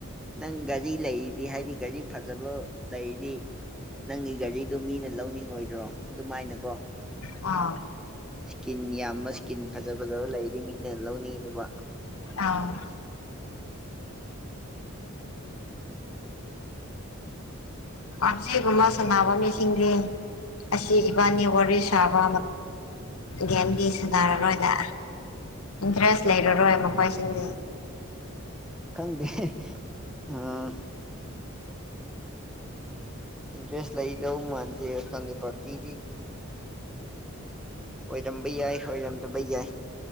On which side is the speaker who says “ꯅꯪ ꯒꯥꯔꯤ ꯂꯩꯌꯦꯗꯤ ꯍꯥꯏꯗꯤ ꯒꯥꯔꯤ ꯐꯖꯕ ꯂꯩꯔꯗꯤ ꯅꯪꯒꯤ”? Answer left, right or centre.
Centre